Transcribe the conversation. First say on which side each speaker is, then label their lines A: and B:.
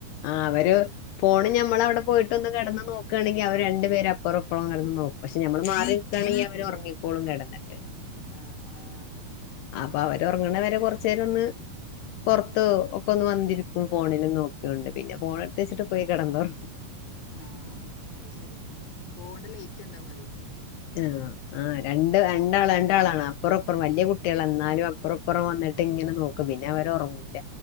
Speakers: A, on the left; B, on the left.
A: ആഹ് അവര് ഫോണ് ഞമ്മളവിടെ പോയിട്ടൊന്ന് കെടന്ന് നോ ക്കാണെങ്കി അവര് രണ്ട് പേരപ്പറോം ഇപ്പറോം കെടന്ന് നോക്കു പക്ഷെ ഞമ്മള് മാറിനിക്കാണെങ്കി അവര് ഒറങ്ങിക്കോളും കെടന്നട്ട്
B: ആഹ് ആഹ്
A: അപ്പൊ അവരൊറങ്ങണവരെ കൊറച്ചേരം ഒന്ന് പൊറത്ത് ഒക്കെ ഒന്ന് വന്നിരിക്കും ഫോണില് നോ യുണ്ട് പിന്നെ ഫോണടുത്ത് വച്ചിട്ട് പോയി കിടന്നൊറ
B: ആഹ് അത് ശരിയാ ഫോണ്ന്റെ ലൈറ്റ് കണ്ടാമതി
A: <unintelligible> ആഹ് രണ്ട് രണ്ടാളാ രണ്ടാളാണ് അപ്പറപ്പുറം വല്ല്യ കുട്ടികളാന്നാലും അപ്പറപ്പുറം വന്നിട്ട് ഇങ്ങനെ നോ ക്കും പിന്നെ അവരൊറങ്ങൂല